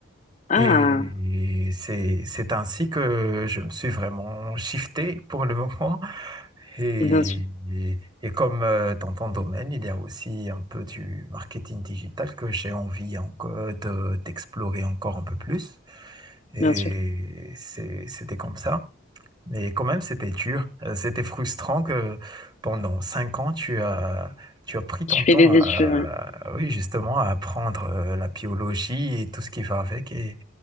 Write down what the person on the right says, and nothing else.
Et c'est, c'est ainsi que je me suis vraiment shifté pour le <laughs> moment et,
et- et comme euh, dans ton domaine, il y a aussi un peu du marketing digital que j'ai envie encore de- d'explorer encore un peu plus. Et
c'est- c'était comme ça. Mais quand même, c'était dur. Euh, C'était frustrant que pendant cinq ans, tu as, tu as pris ton
temps
à,
oui, justement, à apprendre euh, la biologie et tout ce qui va avec. Et,